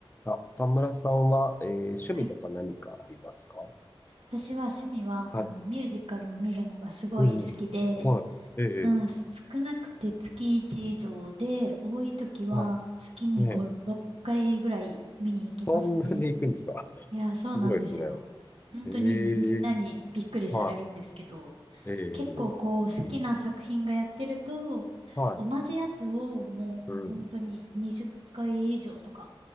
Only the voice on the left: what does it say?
あ、岡村さんは、えー趣味とか何かありますか
はい。
おお、はい。ええ、
え
えはい。ええ、
そんなに行くんですか
<laughs> すごいですね。
ええ、はい。ええ、
はい。
うん。